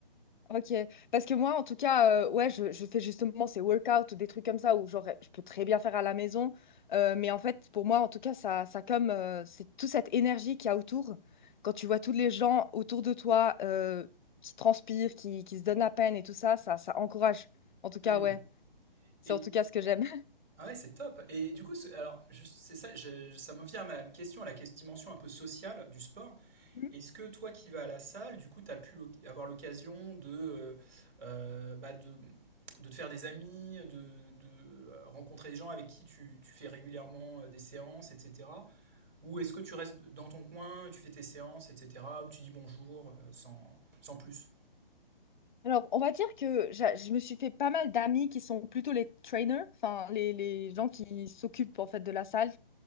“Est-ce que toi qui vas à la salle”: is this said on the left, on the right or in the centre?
Right